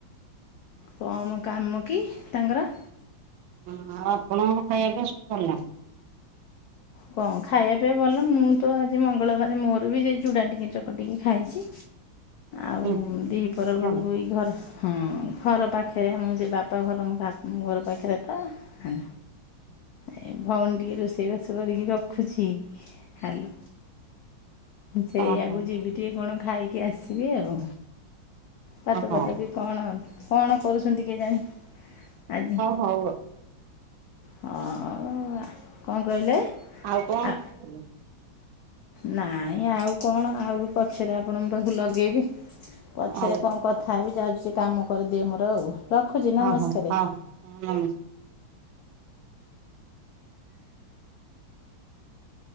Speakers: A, on the left; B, on the right.
A: କମ କାମ କି ତାଙ୍କର।
B: ହଁ ଆଉ ଆପଣଙ୍କ ଖାଇବା ପିଇବା ସବୁ ସରିଲାଣି।
A: କଣ ଖାଇବା ପିଇବା ଭଲ ମୁଁ ତ ଆଜି ମଙ୍ଗଳବାର ମୋର ବି ସେଇ ଚୁଡ଼ା ଟିକେ ଚକଟି କି ଖାଇଚି। ଆଉ
B: ହୁଁ
A: ଦି ପହର ବେଳକୁ
B: ଭଲ
A: ଏଇ ଘର ହଁ ଘର ପାଖରେ ଆମ ସେ ବାପା ଘର ବା ଘର ପାଖରେ ପା ହଁ। ଏ ଭଉଣୀ ଟିକେ ରୋଷେଇବାସ କରିକି ରଖୁଛି ହ୍ୟାଲୋ ସେଇଆକୁ
B: ଓହୋ
A: ଯିବି ଟିକଏ କଣ ଖାଇକି ଆସିବି ଆଉ, ଭାତ
B: ଓହୋ
A: ଫାତକି କଣ କଣ କରୁଛନ୍ତି କେଜାଣି ଆଜି।
B: ହଉ ହଉ
A: ଅଉ ଆ କଣ କହିଲେ।
B: ଆଉ କଣ
A: ଆ
B: କଣ <inaudible>
A: ନାଇଁ ଆଉ କଣ ଆଉ ପଛରେ ଆପଣଙ୍କ ପାଖକୁ ଲଗେଇବି। ପଛରେ
B: ଆଉ ହଁ
A: କଣ କଥା ହେବି ଯାଉଚି ଟିକେ କାମ କରିଦିଏ ମୋର ଆଉ। ରଖୁଛି ନମସ୍କାର
B: ହଁ ହଉ ହଁ ହଁ।